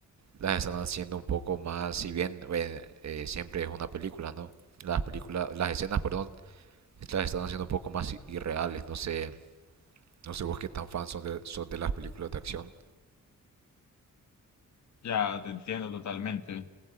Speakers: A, on the right; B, on the left.
A: las están haciendo un poco más, si bien eh, eh, siempre es una película, ¿no? Las películas, las escenas, perdón, las están haciendo un poco más i- irreales, no sé. No sé vos qué tan fan sos de, sos de las películas de acción.
B: ya te entiendo totalmente.